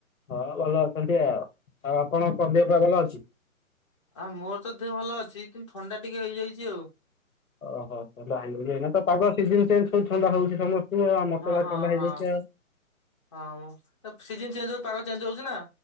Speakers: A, on the left (about 75°); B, on the left (about 20°).
A: ହଁ ଭଲ ଅଛନ୍ତି ଆଉ। ଆଉ ଆପଣ କଣ ଦେହ ପ ଭଲ ଅଛି?
B: ଆଁ ମୋର ତ ଦେହ ଭଲ ଅଛି କିନ୍ତୁ ଥଣ୍ଡା ଟିକେ ହେଇଯାଇଛି ଆଉ।
A: ଓହୋ ତ ପାଗ ସିଜନ ଚେଞ୍ଜ ସବୁ ଥଣ୍ଡା ହଉଛି ସମସ୍ତେ ତୁ ମତେ
B: ହଁ
A: ବା
B: ହଁ
A: ଥଣ୍ଡା
B: ହଁ
A: ହେଇଯାଇଛ।
B: ହଁ ସିଜନ ଚେଞ୍ଜ ହଉ ପାଗ ଚେଞ୍ଜ ହଉଛି ନା।